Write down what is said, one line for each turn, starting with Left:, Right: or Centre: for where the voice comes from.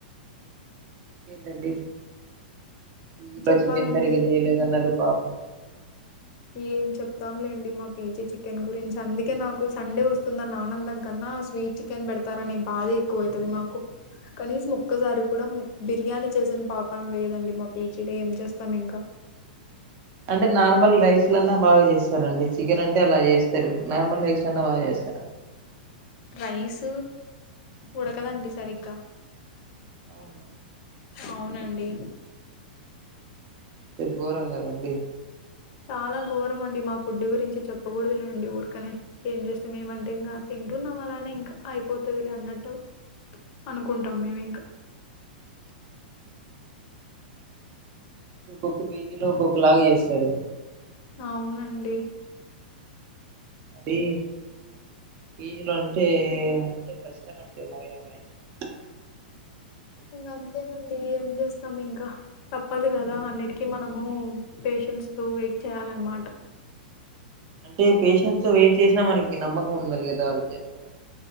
Right: ఇంకేంటండి. ఇందులో
Left: చెప్పాలండి.
Right: చికెన్ సరిగా చేయలేదన్నారు. పాపం
Left: ఏం చెప్తాంలేండి మా పీజీ చికెన్ గురించి అందుకే నాకు సండే వస్తుందని ఆనందం కన్నా స్వీట్ చికెన్ పెడతారనే బాధే ఎక్కువ అవుతుది మాకు కనీసం ఒక్కసారి కూడా బిర్యానీ చేసిన పాపాం లేదండి మా పీజీలో ఏం చేస్తాం ఇంకా
Right: అంటే నార్మల్ రైస్లన్నా బాగా చేస్తారండి చికెన్ అంటే అలా చేస్తారు నార్మల్ రైస్లన్నా బాగా చేస్తారా
Left: రైస్ ఉడకదండి సరిగ్గా
Right: అవును
Left: అవునండి
Right: ఘోరం కదండి
Left: చాలా ఘోరం అండి మా ఫుడ్ గురించి చెప్పకూడదులేండి ఊరకనే ఏం చేస్తాం ఏమంటే ఇంక తింటున్నాం అలానే ఇంకా అయిపోతాదిలే అన్నట్టు అనుకుంటాం మేము ఇంకా
Right: ఒక్క పీజీలో ఒక్కొక్క లాగ చేస్తారు
Left: అవునండి
Right: మీ పీజీ లో అంటే మీరంటే కష్టమండి మరి ఆ లైఫ్ లో
Left: ఇంగ అంతేనండి ఏం చేస్తాం ఇంక తప్పదు కదా అన్నిటికీ మనము పేషెంట్స్ తో వెయిట్ చేయాలన్నమాట
Right: అంటే పేషెన్స్ తో వెయిట్ చేసినా మనకి నమ్మకం ఉండాలి కదా వాళ్ళు చేస్తారని